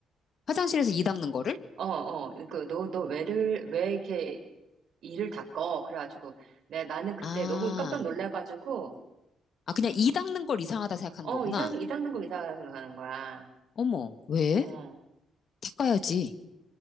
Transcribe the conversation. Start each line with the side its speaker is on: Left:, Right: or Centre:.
Left: 화장실에서 이 닦는 거를?
Right: 어, 어, 그, 너, 너 왜를, 왜 이렇게 이를 닦어. 그래가지고, 내 나는 그때
Left: 아,
Right: 너무 깜짝 놀라가지고,
Left: 아, 그냥 이 닦는 걸 이상하다 생각하는
Right: 어,
Left: 거구나.
Right: 이상, 이 닦는 거 이상하다 생각하는 거야.
Left: 어머, 왜?
Right: 어.
Left: 닦아야지.